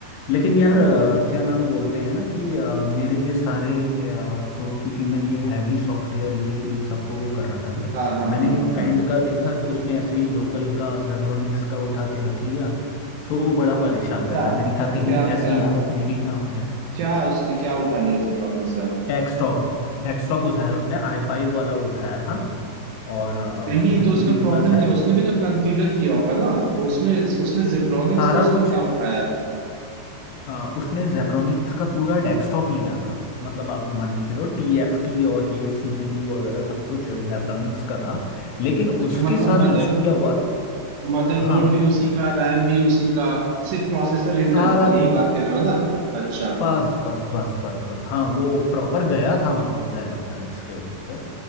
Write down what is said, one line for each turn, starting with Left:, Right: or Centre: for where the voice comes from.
Left: लेकिन यार
Right: काम
Left: अ,
Right: करेगा
Left: क्या नाम बोलते हैं ना कि अ, मेरे ये सारे अ, तो क्योंकि मैं ये हैवी सॉफ्टवेयर ये इन सबको वो कर रहा था ना
Right: हाँ हाँ
Left: मैंने
Right: हाँ
Left: एक फ्रेंड
Right: हाँ
Left: का देखा तो उसने ऐसे ही लोकल का जेब्रोनिक्स का उठा के रख लिया तो वो बड़ा परेशान रहता
Right: क्या
Left: है मैंने कहा कहीं
Right: क्या क्या
Left: ऐसी हालत मेरी ना हो जाए
Right: क्या उसने क्या उठा लिया जेब्रॉनिक्स का
Left: डेस्कटॉप डेस्कटॉप उठाया उसने आई फाइव वाला उठाया था और अ, उसने
Right: नहीं तो उसमें
Left: खुद ही
Right: प्रॉब्लम
Left: पूरा सेट
Right: क्या उसने भी तो कॉन्फ़िगर किया होगा ना तो उसमें उसने जेब्रॉनिक्स
Left: सारा
Right: का उसमें
Left: कुछ
Right: क्या उठाया
Left: आ, उसने जेब्रोनिक्स का पूरा डेस्कटॉप लिया था मतलब आप ये मान के चलो टीएफटी और ये सीपीयू वगैरह सब कुछ जेब्रोनिक्स का था लेकिन उसके
Right: तो मतलब
Left: साथ
Right: मदर
Left: इशू क्या हुआ
Right: मदरबोर्ड
Left: हाँ
Right: भी उसी का रैम भी उसी का सिर्फ प्रोसेसर इंटेल
Left: सारा
Right: का यही
Left: कुछ
Right: बात कह रहे हो ना अच्छा
Left: बस बस बस बस बस हाँ वो प्रॉपर गया था मतलब जेब्रोनिक्स के उस पे